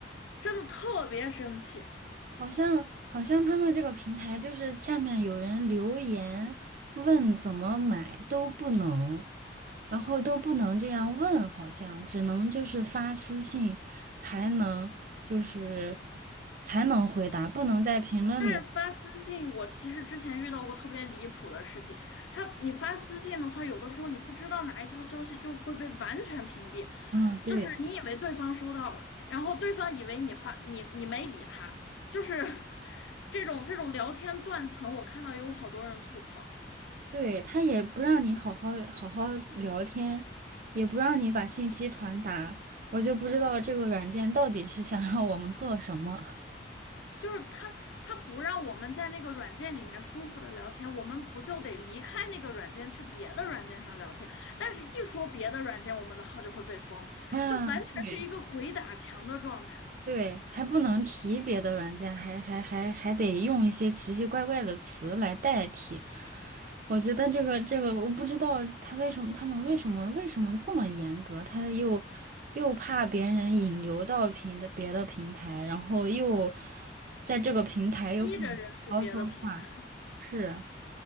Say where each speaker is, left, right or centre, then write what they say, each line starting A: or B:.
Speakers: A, on the left; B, on the right.
A: 真的特别生气。
B: 好像好像他们这个平台就是下面有人留言问怎么买都不能，然后都不能这样问，好像只能就是发私信才能就是才能回答，不能在评论里。
A: 但是发私信，我其实之前遇到过特别离谱的事情。他，你发私信的话，有的时候你不知道哪一条消息就会被完全屏蔽，
B: 嗯，对
A: 就是你以为对方收到了，然后对方以为你发你你没理他，就是 <laughs> 这种这种聊天断层，我看到有好多人吐槽。
B: 对，他也不让你好好好好聊天，也不让你把信息传达，我就不知道这个软件到底是想让我们做什么。
A: 就是他他不让我们在那个软件里面舒服的聊天，我们不就得离开那个软件去别的软件上聊天？但是，一说别的软件，我们的号就会被封，
B: 啊，
A: 就完全是一个鬼打墙的状态，
B: 对。对，还不能提别的软件，还还还还得用一些奇奇怪怪的词来代替。我觉得这个这个，我不知道他为什么，他们为什么为什么这么严格？他又又怕别人引流到平的别的平台，然后又在这个平台又不能好好说话，
A: 逼着人去别的平台。
B: 是。